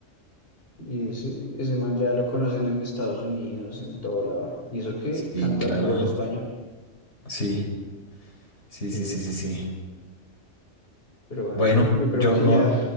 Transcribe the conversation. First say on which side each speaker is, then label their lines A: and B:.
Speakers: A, on the left; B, on the left.
A: Y ese, ese man ya lo conocen en Estados Unidos, en todo lado. Y eso que
B: Sí,
A: canta
B: claro.
A: puro español.
B: Sí, sí,
A: Sí,
B: sí, sí, sí, sí.
A: pero bueno,
B: Bueno,
A: yo creo
B: yo,
A: que
B: me-
A: ya.